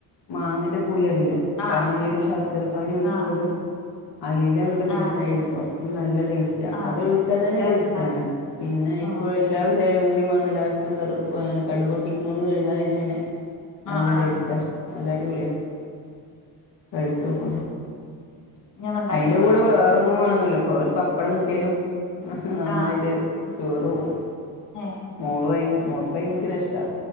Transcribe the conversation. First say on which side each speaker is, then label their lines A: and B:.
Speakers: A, on the left (about 80°); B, on the left (about 55°).
A: മാങ്ങേന്റെ പുളി അറിയില്ല
B: ആഹ്
A: കാരണം ഈ ഒരു ശർക്കര പാനി ഒഴിക്കൊണ്ട്
B: ആഹ്
A: അതില് അങ്ങോട്ട് മെൽറ്റായിരിക്കും
B: ആഹ്
A: അപ്പം നല്ല ടേസ്റ്റാണ്
B: ആഹ്
A: അത് ഒഴിച്ചാൽ തന്നെ
B: ടേസ്റ്റ്ണ്ടാവും
A: ടേസ്റ്റണ് പിന്നെ ഇപ്പോ
B: ഉം
A: എല്ലാ ചേരുവ കൂടി വന്ന് ലാസ്റ്റ് കടുകൊട്ടിക്ക കൂടികഴിഞ്ഞു കഴിഞ്ഞ പിന്നെ പിന്നെ നല്ല
B: ആഹ് ആഹ്
A: ടേസ്റ്റാ നല്ല അടിപൊളിയാ കഴിചോക്
B: ഇനി ഒന്ന് ഉണ്ടാക്കി
A: അതിന്റെ
B: നോക്കണം
A: കൂടെ വേറൊന്നും വേണോന്നില്ലാ ഒരു പപ്പടം കിട്ടിയാലും നന്നായിട്ട്
B: ആഹ്
A: ചോറു പോവും
B: ഏഹ്
A: മോള് ഭയ മോൾക്ക് ഭയങ്കര ഇഷ്ടാ